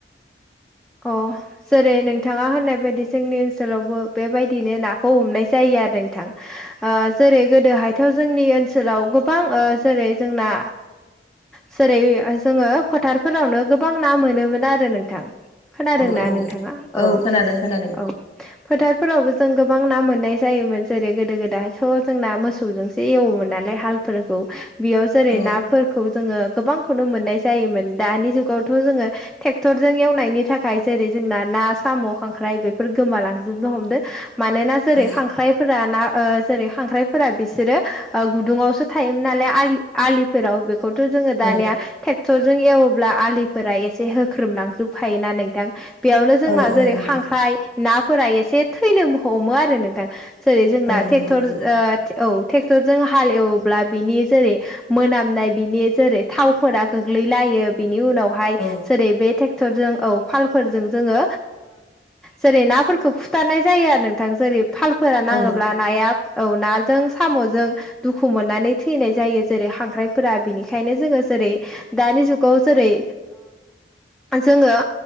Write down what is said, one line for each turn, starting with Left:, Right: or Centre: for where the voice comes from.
Centre: अ जेरै नोंथाङा होननाय बायदि जोंनि ओनसोलावबो बेबायदिनो नाखौ हमनाय जायो आरो नोंथां। जेरै गोदोहायथ' जोंनि ओनसोलाव गोबां जेरै जोंना जेरै जोङो फोथारफोरावनो गोबां ना मोनोमोन आरो नोंथां। खोनादों
Left: औ
Centre: ना
Left: औ
Centre: नोंथाङा औ
Left: खोनादों खोनादों
Centre: औ। फोथारफोरावबो जों गोबां ना मोननाय जायोमोन जेरै गोदो गोदायथ' जोंना मोसौजोंसो एसे एवोमोन नालाय हालफोरखौ बेयाव जेरै
Left: औ
Centre: ना खौ जोङो गोबांखौनो मोननाय जायोमोन दानि जुगावथ' जोङो ट्रेक्टरजों एवनायनि थाखाय जेरै जोंना ना साम' खांख्राइ बेफोर गोमालांजोबनो हमदों मानोना जेरै
Left: औ
Centre: खांख्राय फोर ना जेरै खांख्राइफोरा बिसोरो गुदुुंवसो थायोमोन नालाय आलि आलिफोराव थ' जोङो दानिया
Left: औ
Centre: ट्रेक्टर जजों एवोब्ला आलिफोरा एसे होख्रोमलांजोबफायोना नों नोंथां बेयावनो जोंना
Left: औ औ
Centre: जेरै
Left: नंगौ
Centre: खांख्राय नाफोरा एसे थैनो हमो आरो नोंथां। जेरै जोंना
Left: औ
Centre: ट्रेक्टर
Left: नंगौ नंगौ
Centre: औ ट्रेक्टर जों हालेव्ला बेनि जेरै मोनामनाय बिनि जेरै थावफोरा गोग्लैलायो बिनि उनाव हाय
Left: औ
Centre: जेरै बे ट्रेक्टरजों औ। फालफोरजों जोङो जेरै नाफोरखौ फुथारनाय जायो आरो नोंथां जेरै थाल फोर नाङोब्ला
Left: औ
Centre: नाया औ नाजों। साम'जों दुखु मोननानै थैनाय जायो जेरै खांख्राइफोरा बिनिखायनो जोङो जेरै दानि जुगाव जेरै जोङो।